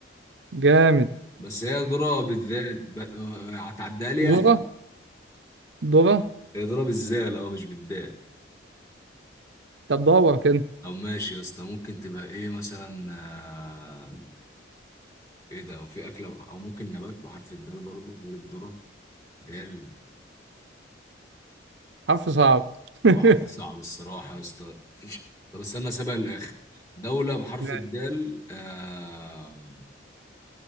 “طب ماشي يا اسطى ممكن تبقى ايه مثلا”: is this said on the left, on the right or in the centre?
Left